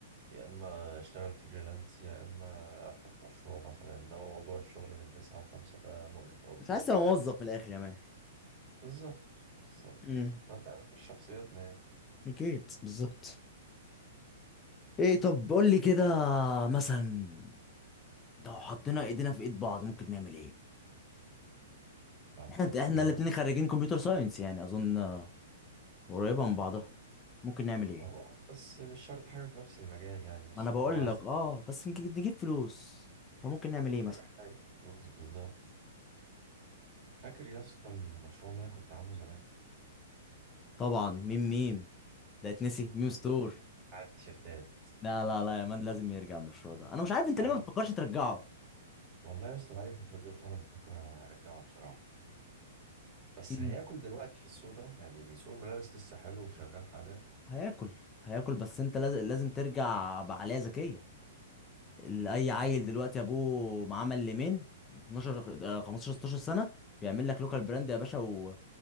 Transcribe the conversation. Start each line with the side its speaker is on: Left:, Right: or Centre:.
Right: يا إما أشتغل فريلانس يا إما أفتح مشروع مثلا إنما موضوع الشغل من تسعة لخمسة ده مقرف أوي بالنسبة
Left: مش حاسس إني موظف
Right: لي
Left: من الاخر يا مان
Right: بالظبط بالظبط
Left: امم
Right: ما أنت عارف مش شخصيتنا يعني
Left: اكيد بالظبط ايه طب قول لي كده مثلا لو حطينا ايدينا في ايد بعض ممكن نعمل ايه
Right: لو
Left: احنا
Right: حطينا
Left: احنا الاتنين خريجين كمبيوتر ساينس يعني اظن آه، قريبه من بعضها ممكن نعمل ايه
Right: هو بس مش شرط حاجة في نفس المجال يعني بس
Left: ما انا بقول
Right: طالما عايز
Left: لك اه بس نجيب نجيب فلوس فممكن نعمل ايه مثلا
Right: اي حاجه فلوس بالظبط فاكر يا اسطى المشروع اللي انا كنت عامله زمان
Left: طبعا ميم ميم ده اتنسي ميم ستور
Right: بتاع التيشيرتات
Left: لا لا لا يا مان لازم يرجع المشروع ده انا مش عارف انت
Right: بقالي
Left: ليه ما بتفكرش
Right: فترة-
Left: ترجعه
Right: والله يا اسطى بقالي فتره كبيره فعلا بفكر ارجعه بصراحه بس
Left: مم.
Right: هياكل دلوقتي في السوق ده يعني سوق الملابس لسه حلو وشغال حاليا
Left: هياكل هياكل بس انت لازم لازم ترجع بعقلية ذكية ال- اي عيل دلوقتي ابوه معاه ليمين 12 آه، 15 16 سنة بيعمل لك لوكال براند يا باشا و...